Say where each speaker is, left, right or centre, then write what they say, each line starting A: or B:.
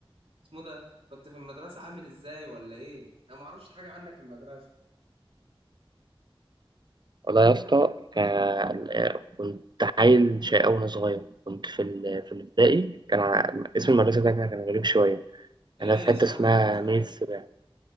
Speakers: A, on the right (about 85°); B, on the right (about 50°).
A: اسمه ده كنت في المدرسه عامل ازاي ولا ايه انا ما اعرفش حاجه عنك في المدرسه
B: والله يا اسطى كان آه، كنت عيل شقي أوي وأنا صغير كنت في ال... في الابتدائي كان ع- اسم المدرسة ده كان كان غريب شوية
A: ايه
B: أنا في حتة
A: اسمها
B: اسمها
A: كان اسمها
B: مين
A: ايه
B: السباع